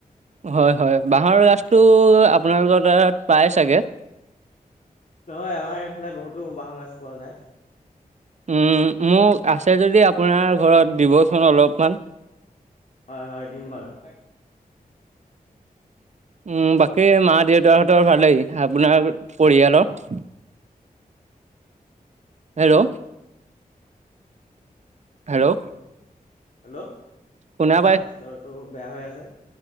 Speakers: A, on the right (about 50°); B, on the left (about 55°).
A: হয়-হয়। বাঁহৰ গাছটো আপোনালোকৰ তাত পাই চাগে?
B: হয়, আমাৰ এইফালে বহুতো বাঁহৰ গাজ পোৱা যায়।
A: উম, মোক আছে যদি আপোনাৰ ঘৰত দিবচোন অলপমান?
B: হয়-হয়, দিম বাৰু।
A: উম, বাকী মা দেউতাহঁতৰ ভালেই আপোনাৰ পৰিয়ালৰ? হেল্ল'? হেল্ল'?
B: হেল্ল'?
A: শুনা
B: হয় স্বাস্থ্যটো বেয়া হৈ আছে।